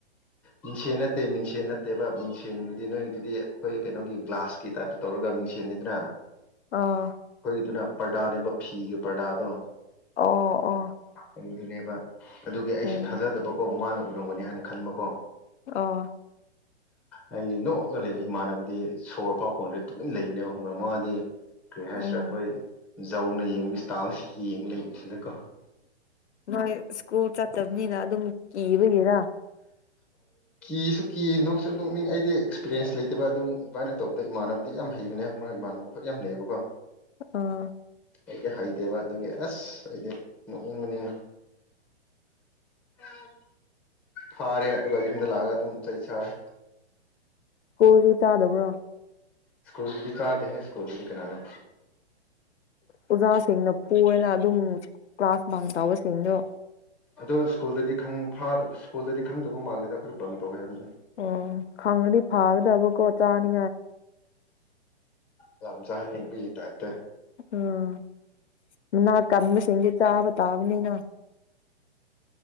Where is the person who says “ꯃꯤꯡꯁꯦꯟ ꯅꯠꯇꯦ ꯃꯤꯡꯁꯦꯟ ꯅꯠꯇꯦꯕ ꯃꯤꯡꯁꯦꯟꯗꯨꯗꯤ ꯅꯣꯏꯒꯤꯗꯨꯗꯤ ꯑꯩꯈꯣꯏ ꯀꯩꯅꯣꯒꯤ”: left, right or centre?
Centre